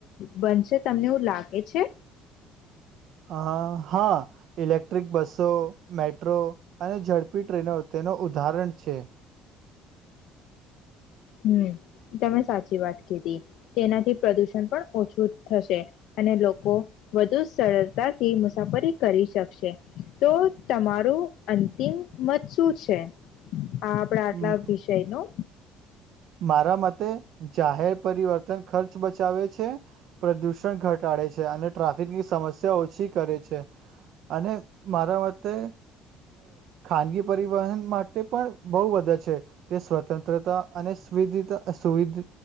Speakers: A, on the left (about 70°); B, on the right (about 60°).
A: બનશે તમને એવું લાગે છે
B: અ હા ઇલેક્ટ્રિક બસો મેટ્રો અને ઝડપી ટ્રેનો તેનું ઉદાહરણ છે
A: હમ તમે સાચી વાત કીધી તેનાથી પ્રદૂષણ પણ ઓછું થશે અને લોકો વધુ સરળતાથી મુસાફરી કરી શકશે તો તમારું અંતિમ મત શું છે હા આપડા આટલા
B: મ
A: વિષય નો
B: મારા મતે જાહેબ પરિવર્તન ખર્ચ બચાવે છે પ્રદૂષણ પણ ઘટાડે છે અને ટ્રાફિકની સમસ્યા ઓછી કરે છે અને મારા મતે ખાનગી પરિવહન માટે પણ બહુ બધા છે તે સ્વતંત્રતા અને સુવધીતા સુવિધ